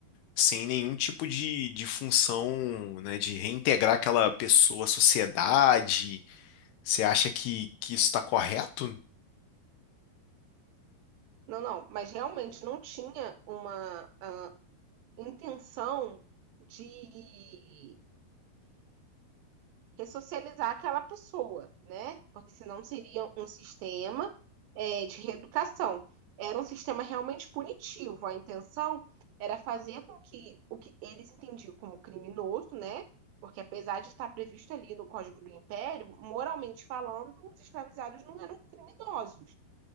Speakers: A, on the left; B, on the right.
A: sem nenhum tipo de, de função, né, de reintegrar aquela pessoa à sociedade. Você acha que, que isso está correto?
B: Não, não, mas realmente não tinha uma ah, intenção de ressocializar aquela pessoa, né? Porque senão seria um sistema é, de reeducação. Era um sistema realmente punitivo. A intenção era fazer com que o que eles entendiam como criminoso, né? Porque apesar de estar previsto ali no Código do Império, moralmente falando, os escravizados não eram criminosos.